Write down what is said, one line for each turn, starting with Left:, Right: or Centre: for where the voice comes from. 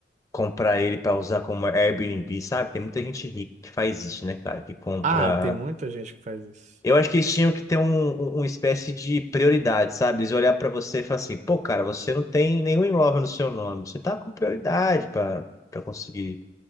Left: comprar ele para usar como Airbnb, sabe? Tem muita gente rica que faz isso, né, cara? Que compra.
Right: Ah, tem muita gente que faz isso.
Left: Eu acho que eles tinham que ter um, um- uma espécie de prioridade, sabe? Eles olhar para você e falar assim: pô, cara, você não tem nenhum imóvel no seu nome, você tá com prioridade para para conseguir